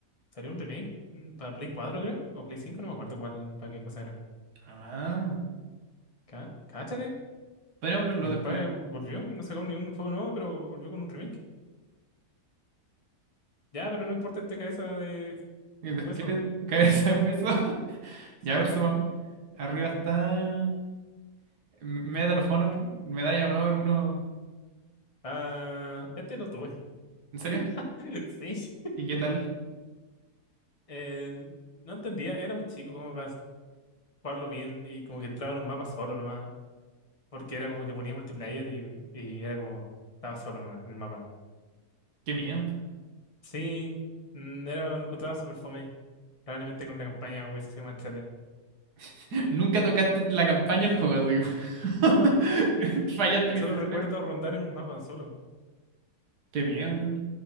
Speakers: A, on the left (about 20°); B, on the right (about 80°).
A: Salió un remake mm, para Play 4 creo, o Play 5 no me acuerdo cuál, para qué cosa era.
B: Ah,
A: cá Cáchate,
B: podemos verlo
A: mi
B: después.
A: compadre volvió, no sacó ni un juego nuevo, pero volvió con un remake. Ya, pero no importa este cabeza de
B: El esqueleto,
A: hueso,
B: <laughs> cabeza de hueso. <laughs>
A: subamos.
B: Ya, a ver, súmame. Arriba está Medal of Honor, Medalla de Honor uno
A: Ah, este lo tuve,
B: ¿En serio?
A: <laughs> sí.
B: ¿Y qué tal?
A: Eh, no entendía, era muy chico como para jugarlo bien y como que entraba en un mapa solo nomás. Porque era como que ponía multiplayer y, y era como, estaba solo nomás en el mapa.
B: Qué miedo.
A: Sí, mm, era, lo encontraba súper fome. Probablemente con la campaña hubiese sido más entrete.
B: <laughs> Nunca tocaste la campaña del juego, digo. <laughs>
A: No,
B: Fallaste miserablemente.
A: solo recuerdo rondar en un mapa solo.
B: Qué miedo, igual.